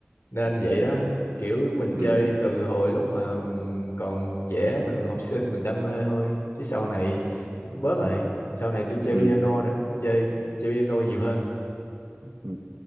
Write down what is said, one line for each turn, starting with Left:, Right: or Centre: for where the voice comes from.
Left: nên vậy đó kiểu mình chơi
Right: Ừ.
Left: từ hồi lúc mà mình còn trẻ mình còn học sinh mình đam mê thôi chứ sau này cũng bớt rồi sau này tôi chơi
Right: Ừ.
Left: piano nữa chơi chơi piano nhiều hơn
Right: ừ.